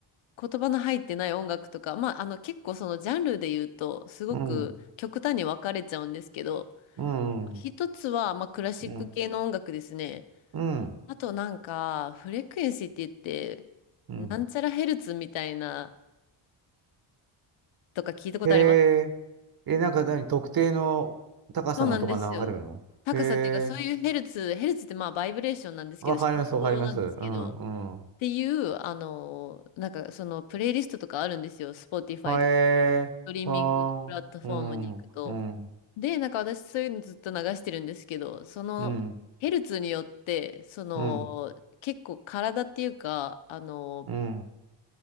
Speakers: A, on the left; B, on the right.
A: 言葉の入ってない音楽とか、まあ、あの、結構そのジャンルで言うと、すごく極端に分かれちゃうんですけど、
B: うん。うん。
A: 一つは、まあ、クラシック系の音楽ですね。
B: うん。うん。
A: あとなんか、フレクエンシーって言って、
B: うん
A: なんちゃらヘルツみたいな、とか聞いたことあります
B: へえ。え、なんか何特定の高さの音が流れるのへ
A: そうなんですよ。高さっていうか、そういうヘルツ、
B: え。
A: ヘルツってまあ、バイブレーションなんですけど、
B: わかりますわかります。
A: 振動なんですけど、
B: うんうん。
A: っていう、あの、なんかその、プレイリストとかあるんですよ。Spotify
B: はえー。
A: とか。トリミングのプラットフォームに行くと。
B: はー。うん。うん。
A: で、なんか私そういうのずっと流してるんですけど、そのヘルツによって、
B: うん。
A: その結構体っていうか、
B: うん。
A: あの、
B: うん。